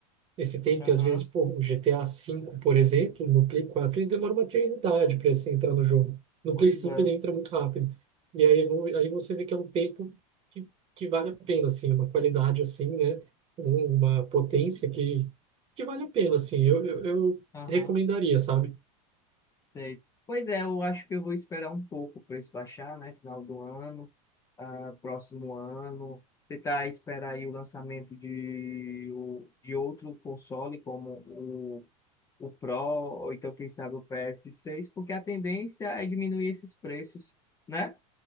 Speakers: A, on the right; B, on the left.
A: esse tempo
B: Aham,
A: que às vezes, pô, o GTA V, por exemplo, no Play 4, ele demora uma eternidade para você entrar no jogo. No
B: pois
A: Play 5
B: é.
A: ele entra muito rápido. E aí, vo- aí você vê que é um tempo que, que vale a pena, assim, uma qualidade assim, né? Um- Uma potência que, que vale a pena, assim, eu, eu, eu
B: Aham.
A: recomendaria, sabe?
B: Sei. Pois é, eu acho que eu vou esperar um pouco para isso baixar, né? Final do ano, ah, próximo ano. Tentar esperar aí o lançamento de, o- de outro console, como o, o Pro, ou então, quem sabe, o PS6, porque a tendência é diminuir esses preços, né?